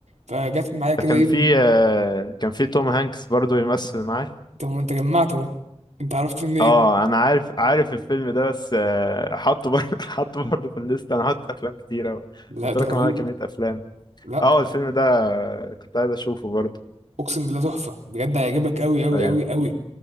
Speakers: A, on the right; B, on the left.
A: فجت معايا كده
B: ده كان
A: ايه
B: في آه، كان في توم هانكس برضو يمثل معاه
A: طب ما انت جمعت اهو انت عرفت منين
B: اه انا عارف عارف الفيلم ده بس آه، حطه برضه <laughs> حطه برضه في الليست انا حاطط افلام كتيرة
A: لا
B: متراكم
A: ده رهيب
B: على كمية افلام
A: لا
B: اه الفيلم ده آه، كنت عايز اشوفه برضه
A: اقسم بالله تحفه بجد هيعجبك قوي قوي
B: ايوه
A: قوي قوي